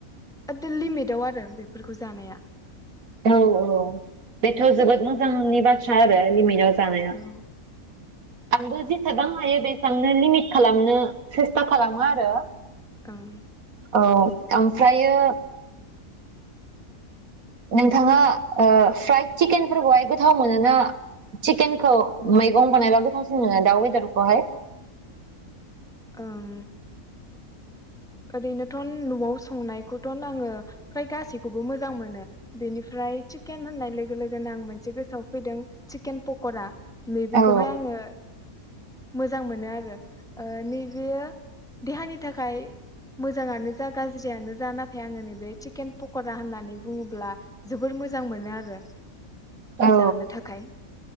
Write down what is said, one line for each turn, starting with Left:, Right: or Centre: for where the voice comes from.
Centre: एदम लिमिद दाउ आरो बेफोरखौ जानाया
Right: औ औ बेथ जोबोद मो जांनि बाथ्रा आरो लिमिटयाव जा जानाय
Centre: औ
Right: आंबो जिसेबां हायो बेखौनो लिमिट खालामनो सेस्था खालामो आरो।
Centre: ओं।
Right: औ ओमफ्रायो नोंथाङा ओ फ्राइद चिकेनफोरखौहाय गोथाव मोनो ना चिकेनखौ मैगं बानायबा गोथावसिन मोनो दाउ वेदारखौहाय
Centre: ओं। ओरैनोथ नआव संनायखौथ आङो फ्राय गासैखौबो मोजां मोनो बेनिफ्राय। चिकेन होननाय लोगो लोगोनो आं मोनसे गोसोआव फैदों चिकेन पकरा नैबेखौहाय
Right: औ
Centre: आङो मोजां मोनो आरो ओ नैबेयो देहानि थाखाय मोजाङानो जा गाज्रियानो जा नाथाय आङो नैबे चिकेन पक'रा होननानै बुङोब्ला जोबोर मोजां मोनो आरो।
Right: औ
Centre: जानो थाखाय